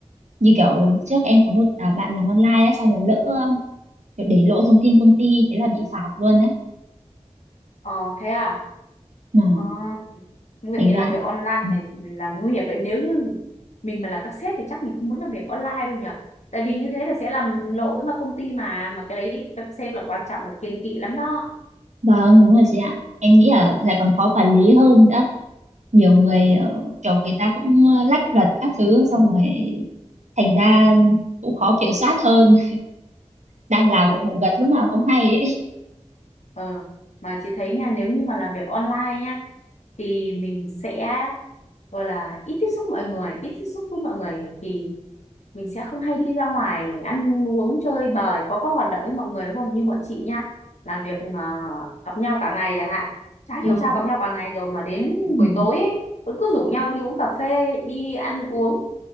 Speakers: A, on the right (about 75°); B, on the left (about 70°).
A: như kiểu trước em có một à, bạn làm online á xong rồi lỡ ờ, kiểu để lộ thông tin công ty thế là bị phạt luôn đấy
B: ờ, thế à?
A: mà
B: Ờ, như vậy
A: thành
B: làm
A: ra
B: việc online
A: Ừ,
B: này là nguy hiểm vậy nếu như mình mà là các sếp thì chắc mình không muốn làm việc online đâu nhỉ? Tại vì như thế là sẽ làm lộ với mà công ty mà mà cái đấy các sếp là quan trọng là kiêng kỵ lắm đó.
A: vâng đúng rồi chị ạ em nghĩ là lại còn khó quản lý hơn đó nhiều người ờ, kiểu người ta cũng ờ, lách luật các thứ xong rồi thành ra cũng khó kiểm soát hơn đang
B: Ừ.
A: làm lại ngủ gật lúc nào không hay ấy
B: Ờ, mà chị thấy nha nếu như mà làm việc online nha thì mình sẽ gọi là ít tiếp xúc mọi người, ít tiếp xúc với mọi người thì mình sẽ không hay đi ra ngoài ăn uống chơi bời có các hoạt động với mọi người đúng không như bọn chị nhá là việc mà gặp nhau cả ngày chẳng hạn chả hiểu
A: và
B: sao gặp nhau cả ngày rồi mà đến
A: ừ,
B: buổi tối ấy, vẫn cứ rủ nhau đi uống cà phê đi ăn uống